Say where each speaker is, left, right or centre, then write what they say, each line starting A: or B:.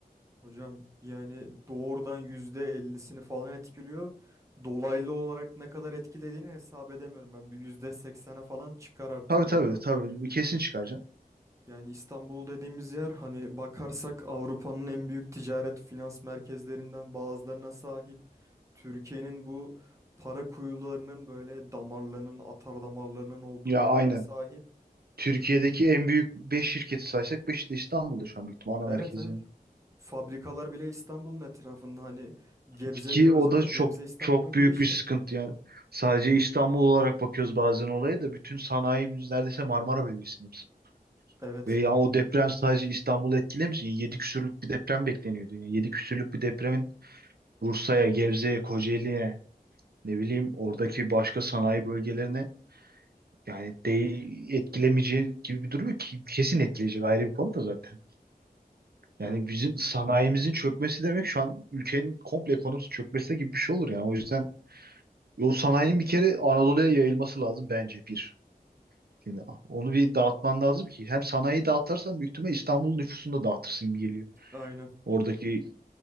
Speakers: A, on the right; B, on the right.
A: hocam yani doğrudan %50'sini falan etkiliyor. Dolaylı olarak ne kadar etkilediğini hesap edemiyorum. Ben bir yüzde seksene falan çıkar artık
B: Tabii tabii
A: orada.
B: tabii kesin çıkaracaksın.
A: Yani İstanbul dediğimiz yer hani bakarsak Avrupa'nın en büyük ticaret finans merkezlerinden bazılarına sahip. Türkiye'nin bu para kuyularının böyle damarlarının, atar damarlarının olduğu
B: Ya
A: yerlere
B: aynen.
A: sahip.
B: Türkiye'deki en büyük 5 şirketi saysak beşi de İstanbul'da şu an büyük ihtimal ana
A: Evet
B: merkezi
A: evet.
B: yani.
A: Fabrikalar bile İstanbul'un etrafında hani Gebze
B: Ki
A: diyoruz
B: o
A: ama
B: da çok
A: Gebze İstanbul'un
B: çok
A: girişi.
B: büyük bir sıkıntı yani. Sadece İstanbul olarak bakıyoruz bazen olaya da bütün sanayi biz neredeyse Marmara bölgesinde biz.
A: Evet.
B: Ve yani o deprem sadece İstanbul'u etkilemiş. e, 7 küsürlük bir deprem bekleniyordu. Yani 7 küsürlük bir depremin Bursa'ya, Gebze'ye, Kocaeli'ye ne bileyim oradaki başka sanayi bölgelerine Yani değil etkilemeyeceği gibi bir durum yok ki kesin etkileyecek ayrı bir konu da zaten.
A: Ya
B: Yani
A: y-
B: bizim sanayimizin çökmesi demek şu an ülkenin komple ekonomisi çökmesi gibi bir şey olur yani. O yüzden o sanayinin bir kere Anadolu'ya yayılması lazım bence bir. Şimdi onu bir dağıtman lazım ki hem sanayiyi dağıtırsan büyük ihtimal İstanbul nüfusunu da dağıtırsın gibi geliyor.
A: aynen.
B: Oradaki